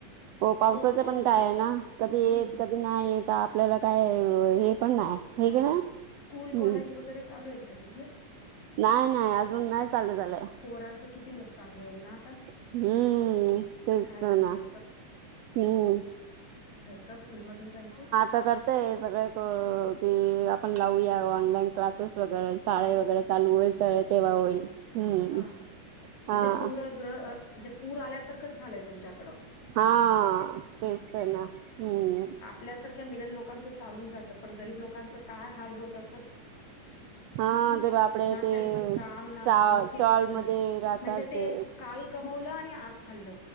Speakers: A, on the right; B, on the left.
A: हो पावसाच
B: ओ
A: पण
B: ओ
A: काय आहे ना कधी
B: हम्म
A: येत
B: हम्म
A: कधी नाही तर आपल्याला काय हे पण नाही हे
B: नाही
A: का
B: ना स्कूल
A: हम्म
B: कॉलेज वगैरे चालू आहेत का तिथे
A: नाही नाही अजून नाही चालू झालंय
B: पोरांचं किती नुकसान होईल ना
A: हम्म तेच
B: काय
A: तर
B: करा
A: ना हम्म
B: क् स्कूलमधून त्यांचे
A: तर करते आहे सगळेक की आपण लावूया ऑनलाईन क्लासेस वगैरे शाळे वगैरे चालू होईल तर तेव्हा होईल हम्म
B: हा
A: हा
B: म्हणजे पूर म्हणजे पूर आल्यासारखंच झालंय तुमच्याकड
A: हा तेच तर ना हम्म
B: आपल्यासारख्या मिडल लोकांचं चालून जातं पण गरीब लोकांचं काय हाल होत असं
A: हा
B: हम्
A: ते बापडे
B: ना
A: ते
B: त्यांच काम नाही
A: चा
B: किंवा
A: चॉल
B: घर
A: मध्ये राहतात
B: म्हणजे ते
A: जे
B: काल कमवलं आणि आज खाल